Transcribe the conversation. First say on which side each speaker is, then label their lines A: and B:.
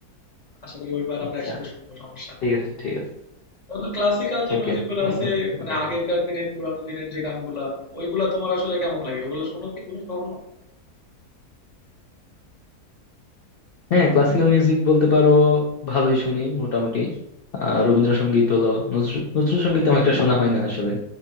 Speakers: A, on the left; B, on the left.
A: আশা করি ওইবার
B: আচ্ছা
A: আমরা একসাথে শুনবো সমস্যা নেই
B: ঠিক আছে ঠিক আছে
A: বন্ধু ক্লাসিক্যাল যে
B: ওকে
A: মিউজিক গুলো
B: বন্ধু
A: আছে
B: তুমি
A: মানে
B: দেখো
A: আগেরকার দিনের পুরানো দিনের যে গানগুলা ওইগুলা তোমার আসলে কেমন লাগে ওগুলো শোনো কি তুমি কখনো
B: হ্যাঁ ক্লাসিক্যাল মিউজিক বলতে পারো ভালোই শুনি মোটামুটি আহ রবীন্দ্রসঙ্গীত হলো নজরুল নজরুল সঙ্গীত আমার একটা শোনা হয় না আসলে